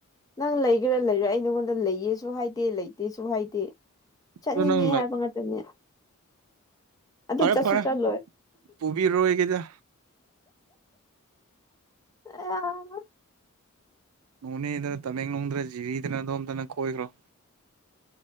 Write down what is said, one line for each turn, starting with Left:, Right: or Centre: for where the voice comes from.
Left: ꯅꯪ ꯂꯩꯒꯦꯔꯥ ꯂꯩꯔꯥ ꯑꯩ ꯅꯉꯣꯟꯗ ꯂꯩꯌꯦꯁꯨ ꯍꯥꯏꯗꯦ ꯂꯩꯇꯦꯁꯨ ꯍꯥꯏꯗꯦ ꯆꯠꯅꯤꯡꯉꯦ
Right: ꯑꯗꯣ ꯅꯪ
Left: ꯍꯥꯏꯕ ꯉꯥꯛꯇꯅꯦ ꯑꯗꯨ
Right: ꯐꯔꯦ
Left: ꯆꯠꯁꯨ
Right: ꯐꯔꯦ
Left: ꯆꯠꯂꯣꯏ
Right: ꯄꯨꯕꯤꯔꯣꯏꯒꯦꯗ
Left: ꯑ ꯑ
Right: ꯅꯣꯅꯦꯗ ꯇꯃꯦꯡꯂꯣꯡꯗꯔ ꯖꯤꯔꯤꯗꯅ ꯑꯗꯣꯝꯗꯅ ꯀꯣꯏꯒꯔꯣ